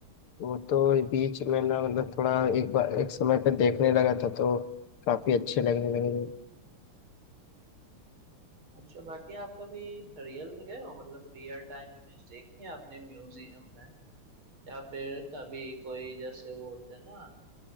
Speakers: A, on the left (about 80°); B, on the right (about 70°).
A: वो तो बीच में ना मतलब थोड़ा एक बार एक समय पे देखने लगा था तो काफी अच्छे लगने लगे थे
B: अच्छा बाकी आप कभी रियल में गए हो मतलब रियल टाइम इमेज देखी है आपने म्यूजियम में या फिर कभी कोई जैसे वो होते हैं ना